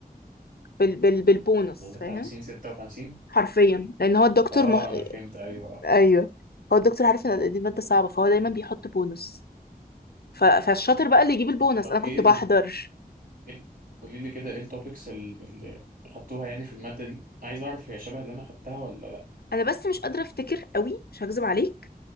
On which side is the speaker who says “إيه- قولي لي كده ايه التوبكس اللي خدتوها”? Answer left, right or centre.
Right